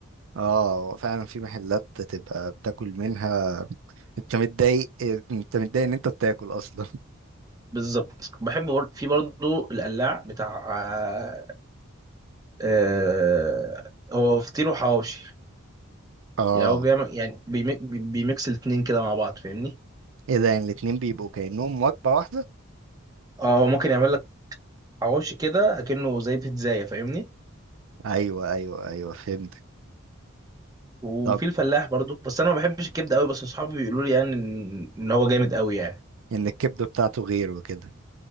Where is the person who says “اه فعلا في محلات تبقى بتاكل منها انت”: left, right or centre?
Right